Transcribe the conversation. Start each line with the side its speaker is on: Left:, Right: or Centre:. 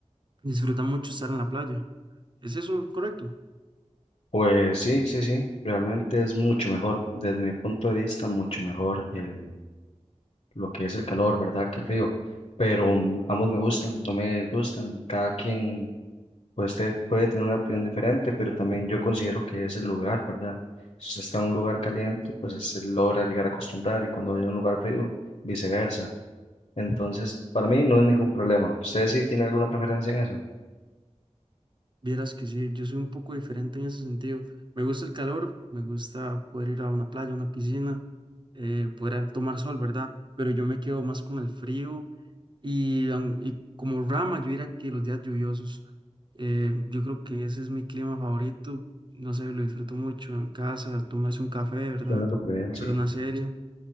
Right: disfruta mucho estar en la playa. ¿Es eso correcto?
Left: Pues sí, sí, sí, realmente es mucho mejor, desde mi punto de vista, mucho mejor el, lo que es el calor, ¿verdad? Que el frío. Pero mm, ambos me gustan, no me gustan, cada quien pues usted puede tener una opinión diferente, pero también yo considero que es el lugar, ¿verdad? Si usted está en un lugar caliente, pues se logra llegar a acostumbrar y cuando vaya a un lugar frío, viceversa. Entonces, para mí no es ningún problema. ¿Usted sí tiene alguna preferencia en eso?
Right: Vieras que sí, yo soy un poco diferente en ese sentido. Me gusta el calor, me gusta poder ir a una playa, a una piscina, eh, poder a- tomar sol, ¿verdad? Pero yo me quedo más con el frío y, aun- y como rama, yo diría que los días lluviosos, eh, yo creo que ese es mi clima favorito. No sé, lo disfruto mucho en casa, tomarse un café, ¿verdad?
Left: Suena súper bien, sí.
Right: Pero una serie.